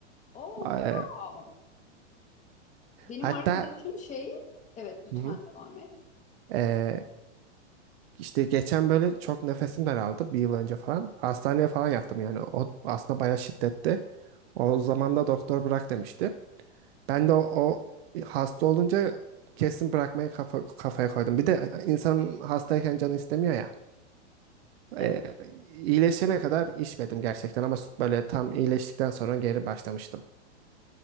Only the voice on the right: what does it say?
E,
hatta
hı hı.
E, işte geçen böyle çok nefesim daraldı bir yıl önce falan. Hastaneye falan yattım yani. O aslında bayağı şiddetli. O zaman da doktor bırak demişti. Ben de o, o hasta olunca kesin bırakmayı kafa, kafaya koydum. Bir de insan hastayken canı istemiyor ya.
E, iyileşene kadar içmedim gerçekten ama böyle tam iyileştikten sonra geri başlamıştım.